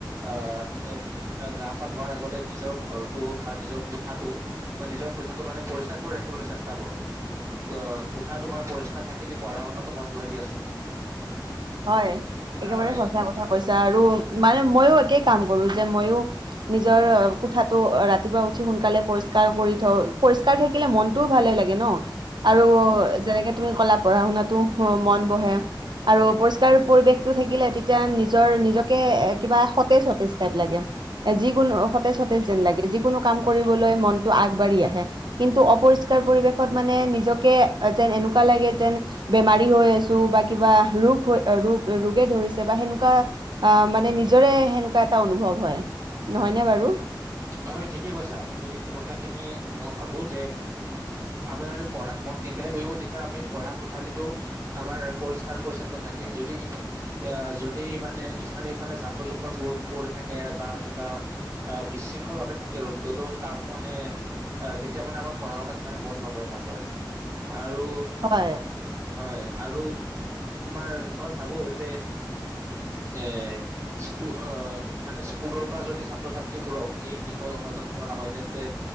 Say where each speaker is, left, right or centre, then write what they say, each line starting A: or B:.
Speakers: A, on the right; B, on the right.
A: আহ গা পা ধোৱাৰ আগতে নিজৰ ঘৰটো বা নিজৰ কোঠাটো বা, নিজৰ কোঠাটো মানে পৰিষ্কাৰ কৰি ৰাখিবলৈ চেষ্টা কৰো অ, কোঠা তোমাৰ পৰিষ্কাৰ থাকিলে পঢ়া শুনাত। মন বহাই দিয়াচোন।
B: হয়, একেবাৰে
A: হয়
B: সচা কথা কৈছা আৰু মানে মইো একে। কাম কৰো যে, মইো নিজৰ কোঠাটো ৰাতিপুৱা উঠি সোনকালে পৰিষ্কাৰ কৰি থওঁ পৰিষ্কাৰ থাকিলে মনটোও ভালে লাগে ন। আৰু
A: অ
B: যেনেকে তুমি কলা। পঢ়া শুনাতো মন বহে আৰু। পৰিষ্কাৰ পৰিৱেশটো থাকিলে তেতিয়া নিজৰ নিজকে কিবা সতেজ সতেজ টাইপ লাগে, যিকোনো সতেজ সতেজ যেন লাগে, যিকোনো কাম কৰিবলৈ মনটো আগবাঢ়ি আহে কিন্তু অপৰিষ্কাৰ পৰিৱেশত মানে নিজকে যেন এনেকুৱা লাগে যেন বেমাৰী হৈ আছো বা কিবা ৰোগ। ৰোগ ৰোগে ধৰিছে বা, সেনেকুৱা মানে নিজৰে সেনেকুৱা এটা অনুভৱ হয় নহয়নে বাৰু?
A: হয় ঠিকে কৈছা, স এই কথা খিনি মই ভাবো যে উ আমি আৰু পঢ়াত মন তেতিয়াহে বহিব যেতিয়া আমি পঢ়া কোঠালো। আমাৰ পৰিষ্কাৰ পৰিচ্ছন্ন থাকে যদি ই। এ, যদি মানে ইফালে সফালে জাবৰ জোখৰ পৰি থাকে বা, কিবা অ বিশৃং। থাকে ৰুম তাক মানে তেতিয়া মানে আমাৰ পঢ়া শুনাত মানে মন নয় ভালদৰে। আৰু,
B: হয়
A: হয়। আৰু তোমাৰ মই ভাবো যে এ স্ক। মানে স্কুলৰ পৰা যদি ছাত্ৰ ছাত। ছাত্ৰী বোৰক। এই বিষয়ে সজাগ কৰা হয়, তেন্তে